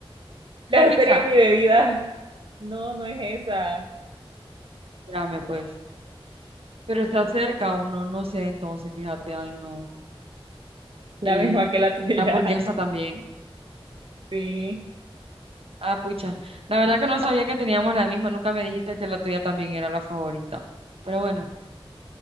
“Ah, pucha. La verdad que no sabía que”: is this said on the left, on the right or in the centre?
Right